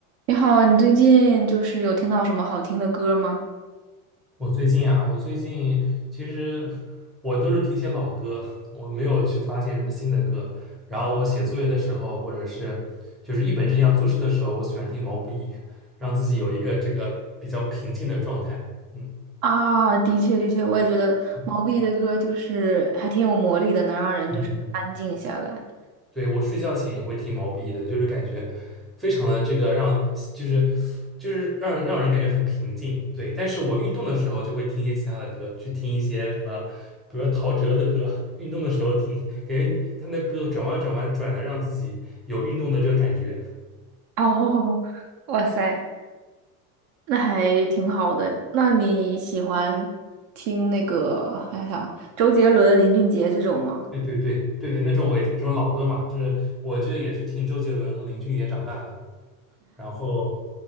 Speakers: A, on the right; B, in the centre.
A: 你好，你最近就是有听到什么好听的歌吗？
B: 我最近啊，我最近其实我都是听些老歌，我没有去发现什么新的歌。然后我写作业的时候，或者是就是一本正经要做事的时候，我喜欢听毛不易，让自己有一个这个比较平静的状态。嗯
A: 啊，的确，的确，我也觉得毛不易的歌就是还挺有魔力的，
B: 嗯
A: 能让人就是安静下来。
B: 嗯，嗯。对，我睡觉前也会听毛不易的，就是感觉非常的这个让，就是就是让让人感觉很平静。对，但是我运动的时候就会听一些其他的歌，去听一些什么，比如说陶喆的歌，<laughs> 运动的时候听，感觉他那歌转弯转弯转的，让自己有运动的这个感觉。
A: 哦，<laughs> 哇塞，那还挺好的。那你喜欢听那个，我想想，周杰伦、林俊杰这种吗？
B: 对对对对对，那种我也听，这种老歌嘛，就是我这也是听周杰伦和林俊杰长大的。然后，